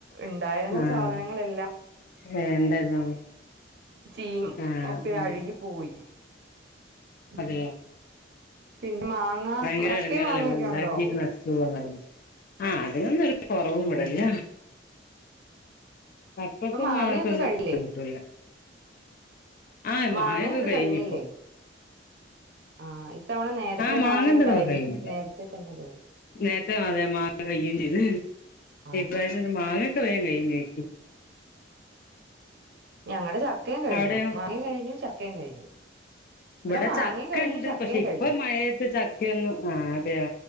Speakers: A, on the right; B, on the left.
A: ഉണ്ടായിരുന്ന
B: ആഹ്
A: സാധനങ്ങളെല്ലാം
B: ഏഹ് എന്തായിരുന്നു
A: ചീം
B: ആഹ്
A: ഒക്കെ അഴുകി പോയി ഉം
B: അതെ
A: പിന്നെ മാങ്ങ
B: ഭയങ്കര
A: ചക്കയും
B: ഇടങ്ങാറില്ലേ
A: മാങ്ങയൊക്കെ
B: നമ്മൾ ഉണ്ടാക്കിട്ട്
A: ഉണ്ടോ
B: നഷുച്‌പോന്നേത് ആഹ അതിനൊന്നുംരു കൊറവും
A: ഉം
B: വിടല്ല പപ്പക്കും
A: ഇപ്പൊ മാങ്ങയൊക്കെ
B: അങ്ങക്കൊന്നുംട്ട
A: കഴിഞ്ഞില്ലേ
B: ആഹ്
A: മാങ്ങയൊക്കെ
B: മാങ്ങൊക്കെ കഴിഞ്ഞ
A: കഴിഞ്ഞില്ലേ
B: ഇപ്പോൊ
A: ആഹ് ഇത്തവണ നേരത്തെ
B: ആഹ മാങ്ങണ്ട
A: മാങ്ങ ഉണ്ടായി
B: നക്കെ കഴിഞ്ഞ
A: നേരത്തെ തന്നെ തീർന്നു
B: നേരത്തെ അതെ മാങ്ങ കയയും ചെയ്ത്
A: ആഹ്
B: ഇപ്പായിട്ട മാങ്ങൊക്കെ വേൻ കഴിഞ്ഞഞ്ോക്കി
A: ഞങ്ങളടെ ചക്കയും കഴിഞ്ഞു
B: അവിടെയോ
A: മാങ്ങയും കഴിഞ്ഞു ചക്കയും കഴിഞ്ഞു
B: ഇവിടെ
A: മാങ്ങയും
B: ചക്ക
A: കഴിഞ്ഞു
B: ഉണ്ട്
A: ചക്കയും
B: പക്ഷെ ഇപ്പ
A: കഴിഞ്ഞു
B: മഴയത്ത് ചക്കയൊന്നന്ന് ആ അതെയോ